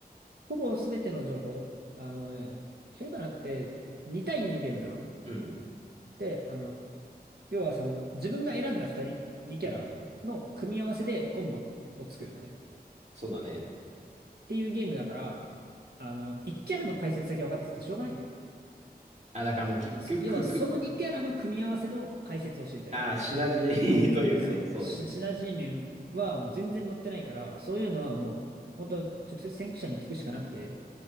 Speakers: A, on the right (about 75°); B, on the right (about 45°).
A: ほぼ全ての情報、あのね、フィーバナって2対2のゲームなの。
B: うん、
A: で、あの、要はその、自分が選んだ2人、2キャラの組み合わせでコンボを作るのね。
B: うん。そうだね。
A: っていうゲームだから、あの、1キャラの解説だけ分かっててしょうがないんだよね。
B: あ、だからもう、キック、
A: そ要は、
B: クク、
A: その2キャラの組み合わせの解説を知りたいの。
B: あ、シナジー <laughs> というかね、
A: そう。
B: そうね。
A: シ、シナジー面はもう全然載ってないから、そういうのはもう、本当直接先駆者に聞くしかなくて、